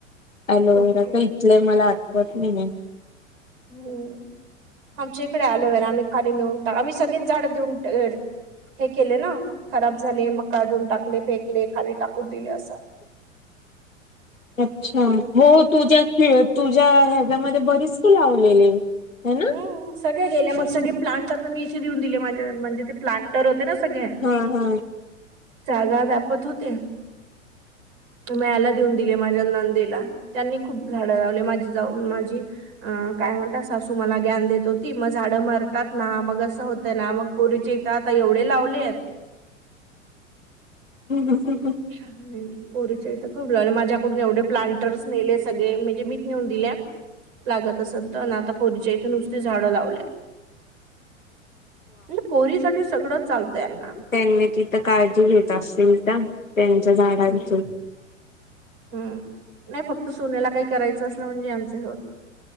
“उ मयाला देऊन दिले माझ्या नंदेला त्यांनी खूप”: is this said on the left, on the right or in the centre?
Right